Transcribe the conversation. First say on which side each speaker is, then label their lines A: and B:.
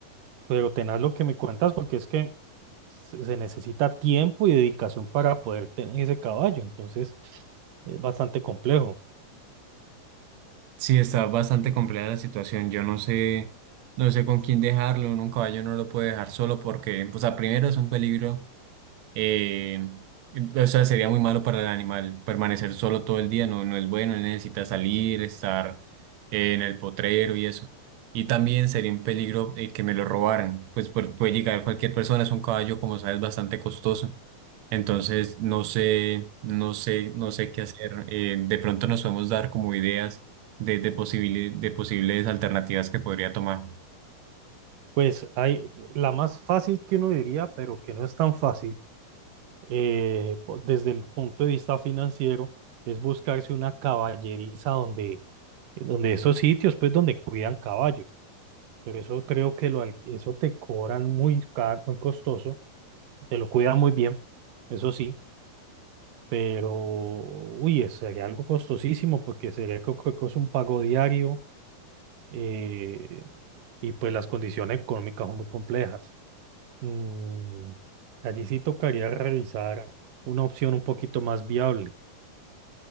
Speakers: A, on the right; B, on the right.
A: pero tenaz lo que me cuentas porque es que se se necesita tiempo y dedicación para poder tener ese caballo. Entonces, eh, bastante complejo.
B: Sí, está bastante compleja la situación. Yo no sé, no sé con quién dejarlo. Uno, Un caballo no lo puede dejar solo porque, o sea, primero es un peligro Eh, o sea, sería muy malo para el animal permanecer solo todo el día, no, no es bueno, él necesita salir, estar eh, en el potrero y eso. Y también sería un peligro eh, que me lo robaran, pues pu- puede llegar cualquier persona, es un caballo, como sabes, bastante costoso. Entonces, no sé, no sé, no sé qué hacer. Eh, de pronto nos podemos dar como ideas de, de, posibili- de posibles alternativas que podría tomar.
A: Pues hay la más fácil que uno diría, pero que no es tan fácil eh, po- desde el punto de vista financiero, es buscarse una caballeriza donde, donde esos sitios, pues donde cuidan caballos, pero eso creo que lo, al- eso te cobran muy caro, muy costoso, te lo cuidan muy bien, eso sí, pero, uy, eso sería algo costosísimo porque sería creo que co- co- es un pago diario eh, y pues las condiciones económicas son muy complejas. Mm, allí sí tocaría revisar una opción un poquito más viable.